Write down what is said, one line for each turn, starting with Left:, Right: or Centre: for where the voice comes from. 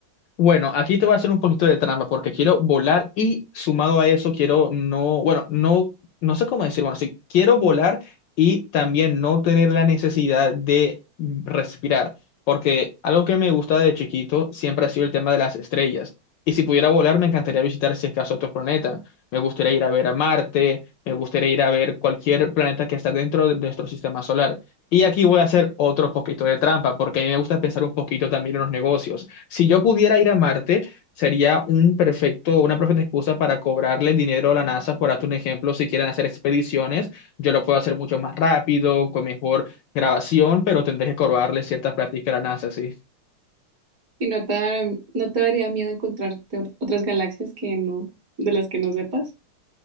Left: Bueno, aquí te voy a hacer un poquito de trampa porque quiero volar y sumado a eso quiero no, bueno, no, no sé cómo decir, bueno, sí, quiero volar y también no tener la necesidad de respirar, porque algo que me gusta de chiquito siempre ha sido el tema de las estrellas. Y si pudiera volar, me encantaría visitar, si es caso, otro planeta. Me gustaría ir a ver a Marte, me gustaría ir a ver cualquier planeta que está dentro de nuestro sistema solar. Y aquí voy a hacer otro poquito de trampa, porque a mí me gusta pensar un poquito también en los negocios. Si yo pudiera ir a Marte, sería un perfecto, una perfecta excusa para cobrarle dinero a la NASA, por darte un ejemplo, si quieren hacer expediciones, yo lo puedo hacer mucho más rápido, con mejor grabación, pero tendré que cobrarle cierta práctica a la NASA, sí.
Right: Y no te dar- no te daría miedo encontrarte ot- otras galaxias que no, de las que no sepas.